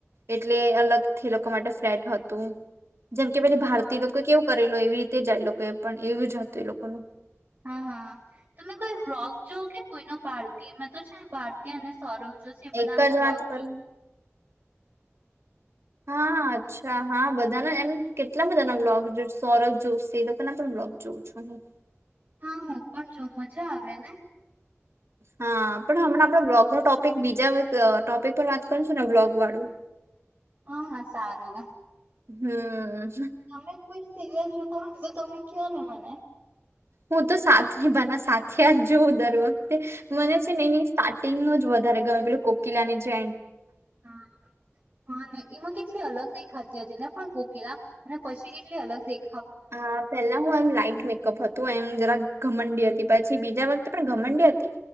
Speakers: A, on the right (about 60°); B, on the right (about 40°).
A: એટલે અલગથી લોકો માટે ફ્લેટ હતું. જેમ કે પને ભારતીય
B: હા
A: લોકો કેવું કરેલો એવી રીતે જાય લોકો પણ એવું જ હતું, એ લોકોનું
B: હા હા તમે કોઈ વ્રોક જોઓ કે કોઈનો ભારતીય મેં તો છે, ભારતી અને સૌરભ જોશે બધા
A: એક જ
B: બ્લોગ
A: વાત કર
B: જો
A: હા અચ્છા હા બધા બા એમ કેટલા બધા ના બ્લોગ સૌરજ જોશે એ લોકો ના પણ બ્લોગ જોઉં છું હું
B: હા હું પણ જો મજા આવે ને
A: હા, પણ હમણાં આપણા બ્લોગનો ટોપિક બીજા ટોપિક પર વાત કરું છું, ને બ્લોગ વાળું
B: હા હ સાારંગ
A: હમ્મ
B: તમે કોઈ સિરિયલ જે તમે કઓ નિને મને
A: હું તો સા ન બના સાથે આ જ જોઉં દરરોજ મને છે ને એ સ્ટા- ટીગ નું જ વધારે ગમે પેલું કોકીલાની છે.
B: હા, હા ને એમાં કેટલી અલગ દેખાતી હતી તેને પણ કોકિલા અને પછી કેટલી અલગ દે
A: હા, પેલા હું એમ લા એક મેકઅપ હતું એમ જરા ઘમંડી હતી, પછી બીજા વખતે પણ ઘમંડી હતી